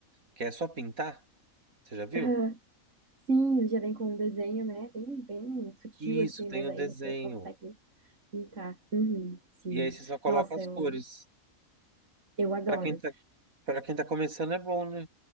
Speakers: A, on the right (about 80°); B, on the right (about 60°).
A: que é só pintar. Você já viu?
B: <laughs> Sim, ele já vem com um desenho, né? Bem, bem sutil,
A: Isso,
B: assim,
A: tem
B: mas
A: o
B: aí
A: desenho.
B: você consegue pintar. Uhum, sim.
A: E aí você só coloca
B: Nossa,
A: as
B: eu,
A: cores.
B: eu adoro.
A: Pra quem tá, para quem tá começando é bom, né?